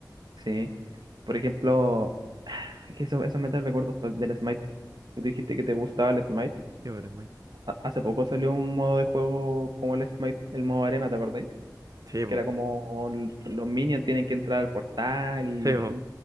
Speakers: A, on the right (about 80°); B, on the right (about 55°).
A: Sí. Por ejemplo, <sighs> es que eso, eso me trae recuerdos pues, del Smite. Que tú dijiste que te gustaba el Smite.
B: Sí, po, le metí.
A: Ha- Hace poco salió un modo de juego como el Smite, el modo arena, ¿te acordáis?
B: Sí, po.
A: Que era como
B: Metidísimo.
A: l- los minions tienen que entrar al portal y
B: Sí, po.